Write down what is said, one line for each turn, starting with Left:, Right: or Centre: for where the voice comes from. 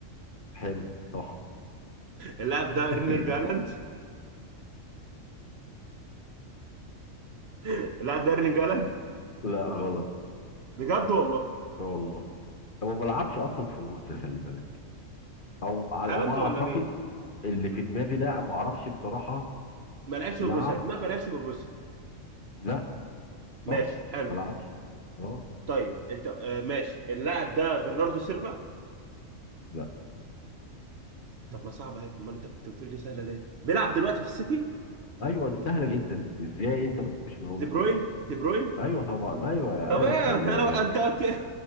Left: حلو صح
Right: اللاعب
Left: <laughs>
Right: ده ايرلينج هالاند <laughs> اللاعب ده ايرلينج هالاند
Left: لا غلط
Right: بجد والله
Left: آه والله هو ما لعبش اصلا في بروسيا خلي بالك او على
Right: هالاند
Left: ما اعتقد
Right: ولا مين
Left: اللي في دماغي ده ما اعرفش بصراحه
Right: ما لعبش في
Left: لعب
Right: بروسيا الفنان ما لعبش في بروسيا
Left: لا
Right: ماشي
Left: صح
Right: حلو
Left: ما لعبش اه
Right: طيب انت آه، ماشي اللاعب ده برناردو سيلفا
Left: لا
Right: طب ما صعبه اهي امال انت كنت بتقول لي سهله ليه بيلعب دلوقتي في السيتي
Left: ايوه دي سهله جدا ازاي انت ما تجيبوش من اول
Right: دي
Left: مره
Right: بروين
Left: أصلاً؟
Right: دي بروين
Left: ايوه طبعا ايوه يا
Right: طب
Left: يا
Right: ايه
Left: سلام
Right: انا انت قلت إيه؟